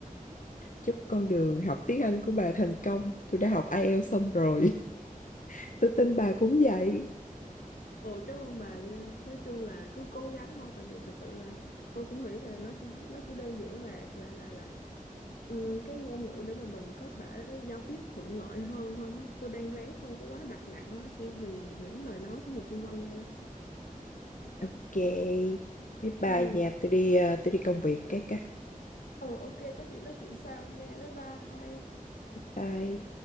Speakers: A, on the left (about 60°); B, on the left (about 80°).
A: chúc con đường học tiếng Anh của bà thành công tôi đã học IELTS xong rồi <laughs> tôi tin bà cũng vậy
B: ồ cảm ơn bà nha. Nói chung là cứ cố gắng thôi, tại vì thật sự là tôi cũng nghĩ là nó chỉ nó chỉ đơn giản là là là là ừm, cái ngôn ngữ để mà mình có thể giao tiếp thuận lợi hơn thôi. Chứ tôi đang ráng không có quá đặt nặng nó chỉ vì những lời nói của người xung quanh thôi. á.
A: ok bye bye
B: Ừ,
A: nhà tôi đi ờ, tôi đi công việc cái cái
B: ừ, ok, có gì nói chuyện sau nha. Bye bye.
A: bye